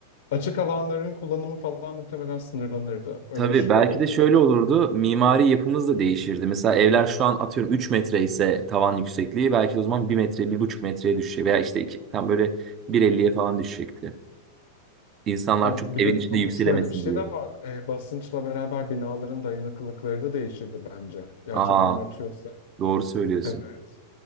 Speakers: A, on the left (about 80°); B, on the right (about 30°).
A: açık alanların kullanımı falan muhtemelen sınırlanırdı. Öyle
B: Tabii
A: bir şey
B: belki
A: olurdu
B: de şöyle
A: bence.
B: olurdu. Mimari yapımız da değişirdi. Mesela evler şu an atıyorum 3 metre ise tavan yüksekliği belki de o zaman bir metre, bir buçuk metreye düşecek veya işte iki, tam böyle bir elliye falan düşecekti. İnsanlar
A: Abi
B: çok
A: bir
B: evin
A: de
B: içinde
A: ama
B: yükselemesin
A: şöyle bir şey
B: diye.
A: de var. E, basınçla beraber binaların dayanıklılıkları da değişirdi bence. Yer
B: Aa,
A: çekimi artıyorsa.
B: doğru söylüyorsun.
A: Evet.